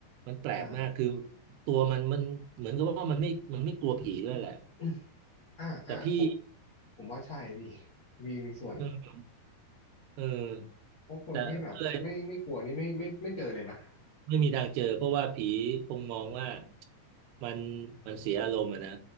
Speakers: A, on the right (about 80°); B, on the left (about 60°).
A: มันแปลกมากคือ
B: อ่า
A: ตัวมันมันเหมือนกับว่ามันไม่มันไม่กลัวผีด้วยแหละ
B: <coughs> อ่าอ่าผม
A: แต่พี่
B: ผมว่าใช่พี่มีมีส่วน
A: เออเออ
B: เพราะคนที่แบบไม่ไม่กลัวนี่ไม่ไม่ไม่เจอเลยนะ
A: แต่ ไม่มีทางเจอเพราะว่าผีคงมองว่ามันมันเสียอารมณ์อะนะ